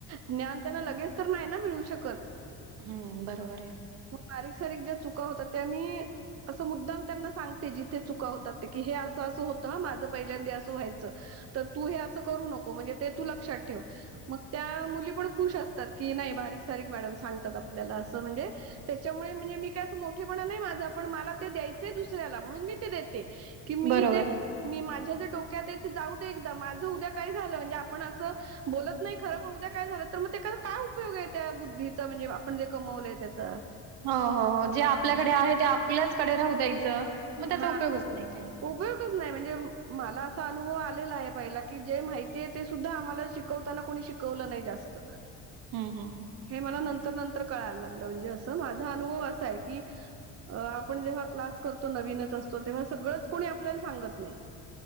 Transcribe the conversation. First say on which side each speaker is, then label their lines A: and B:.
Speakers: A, on the right; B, on the right.
A: ज्ञान त्यांना लगेच तर नाही ना मिळू शकत
B: हं, बरोबर आहे.
A: म बारीक सारीक ज्या चु चुका होतात त्या मी अस मुद्दाम त्यांना सांगते. जिथे चुका होतात. ते की हे असं असं होतं माझं पहिल्यांदा असं व्हायचं तर तू हे असं करू नको म्हणजे ते तू लक्षात ठेव. मग त्या मुली पण खुश असतात की नाही बारीक सारीक मॅडम सांगतात आपल्याला असं म्हणजे त्याच्यामुळे म्हणजे मी काय असं मोठेपणा नाही माझा पण मला ते द्यायचंय दुसऱ्याला म्हणून मी ते देते. की मी
B: बरोबर
A: जे
B: आहे.
A: मी माझ्या जे डोक्यात आहेत ते जाऊ दे एकदा माझ उद्या काय झालं म्हणजे आपण असं बोलत नाही खर पण उद्या काय झालं तर मग ते काय, काय उपयोग आहे त्या बुद्धीचा म्हणजे आपण जे कमवलंय त्याचा.
B: हो, हो, हो, जे आपल्याकडे आहे ते आपल्याचकडे राहू द्यायचं मग त्याचा
A: हा
B: उपयोगच नाही. काही.
A: उपयोगच नाही म्हणजे मला असा अनुभव आलेला आहे पहिला की जे माहिती आहे ते सुद्धा आम्हाला शिकवताना कोणी शिकवलं नाही जास्त.
B: हम्म, हम्म.
A: हे मला नंतर नंतर कळायला लागलं म्हणजे अस माझा अनुभव असा आहे की अ आपण जेव्हा क्लास करतो नवीनच असतो तेव्हा सगळंच कोणी आपल्याला सांगत नाही.